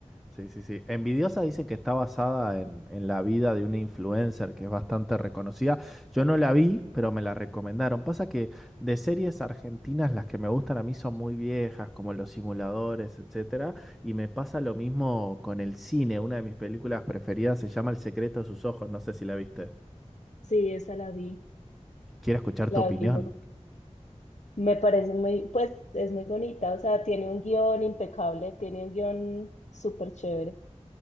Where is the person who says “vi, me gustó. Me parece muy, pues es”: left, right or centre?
Left